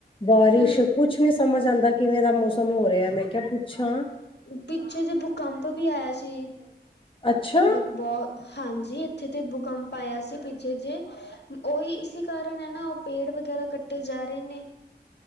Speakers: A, on the left; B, on the left.
A: ਬਾਰਿਸ਼
B: ਹਮ
A: ਕੁੱਛ ਨੀ ਸਮਂਝ ਆਉਂਦਾ ਕਿਵੇਂ ਦਾ ਮੌਸਮ ਹੋ ਰਿਹਾ ਮੈਂ ਕਿਹਾ ਪੁੱਛਾਂ
B: ਪਿੱਛੇ ਜੇ ਭੂਕੰਪ ਵੀ ਆਇਆ ਸੀ
A: ਅੱਛਾ
B: ਬਹੁੱਤ ਹਾਂਜੀ ਇੱਥੇ ਤੇ ਭੂਕੰਪ ਆਇਆ ਸੀ ਪਿੱਛੇ ਜੇ ਉਹੀ ਇਸ ਕਾਰਨ ਹੈ ਨਾ ਪੇੜ ਵਗੈਰਾ ਕੱਟੇ ਜਾ ਰਹੇ ਨੇ